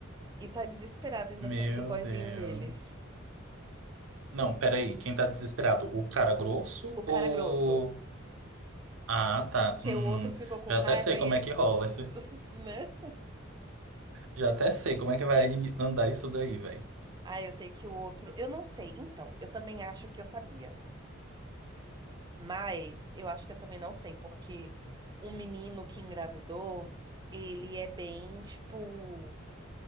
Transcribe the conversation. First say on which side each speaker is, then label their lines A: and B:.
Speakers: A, on the right (about 20°); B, on the right (about 80°).
A: E tá desesperado indo
B: Meu
A: atrás do boyzinho
B: Deus.
A: dele.
B: Não, peraí. Quem tá desesperado? O cara grosso
A: o cara
B: ou.
A: grosso.
B: Ah, tá.
A: Porque
B: Hum,
A: o outro ficou com
B: já
A: raiva
B: até sei como
A: e eles.
B: é que rola. esses-
A: <laughs> Né?
B: Já até sei como é que vai andar isso daí, velho.
A: Ah, eu sei que o outro. Eu não sei. Então, eu também acho que eu sabia. Mas eu acho que eu também não sei, porque o menino que engravidou, ele é bem, tipo.